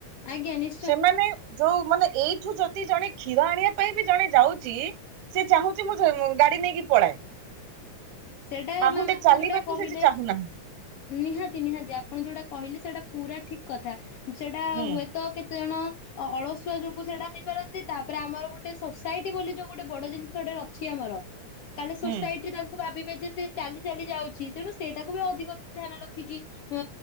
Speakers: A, on the left; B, on the right.
A: ଆଜ୍ଞା ନିଶ୍ଚ
B: ସେମାନେ ଯୋଉ ମାନେ ଏଇଠୁ ଯଦି ଜଣେ କ୍ଷୀର ଆଣିବା ପାଇଁ ବି ଜଣେ ଯାଉଚି ସେ ଚାହୁଁଛି ମୁଁ ସେ ଗାଡି ନେଇକି ପୁଳାଏ।
A: ସେଇଟା
B: ପାହୁଣ୍ଡେ
A: ମ୍ୟାମ୍ ଆପଣ
B: ଚାଲିବାକୁ
A: ଯୋଉଟା କହିଲେ
B: ସେ ଯେ ଚାହୁଁନାହାଁନ୍ତି।
A: ନିହାତି ନିହାତି ଆପଣ ଯୋଉଟା କହିଲେ ସେଇଟା ପୁରା ଠିକ କଥା ସେଟା
B: ହୁଁ
A: ହୁଏତ କେ ତେଣ ଅ ଅଳସୁଆ ଯୋଗୁ ସେଇଟା ହେଇପାରନ୍ତି ତାପରେ ଆମର ଗୋଟେ ସୋସାଇଟି ବୋଲି ଯୋଉ ଗୋଟେ ବଡ ଜିନିଷ ଟେ ର ଅଛି ଆମର ତାହଲେ
B: ହୁଁ
A: ସୋସାଇଟି ତାକୁ ଭାବିବେ ଯଦି ସେ ଚାଲି ଚାଲି ଯାଉଛି ତେଣୁ ସେଇଟାକୁ ବି ଅଧିକ ଧ୍ୟାନ ରଖିକି ଅ